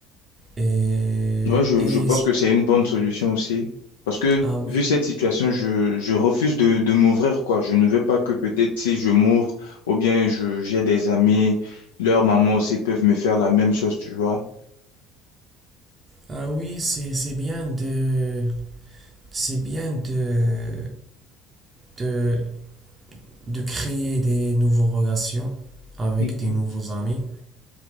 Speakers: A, on the right; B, on the left.
A: et,
B: Ouais, je,
A: et-
B: je pense que c'est une bonne solution aussi. Parce que
A: ah oui,
B: vu cette situation, je, je refuse de, de m'ouvrir, quoi. Je ne veux pas que peut-être si je m'ouvre ou bien je, j'ai des amis, leurs mamans aussi peuvent me faire la même chose, tu vois.
A: ah oui, c'est c'est bien de c'est bien de de de créer des nouvelles relations avec
B: Mhm.
A: des nouveaux amis,